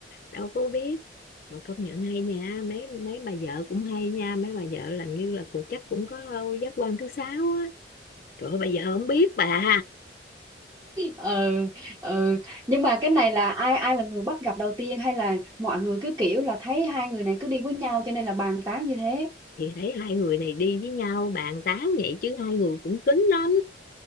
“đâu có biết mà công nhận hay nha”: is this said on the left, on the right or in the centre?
Left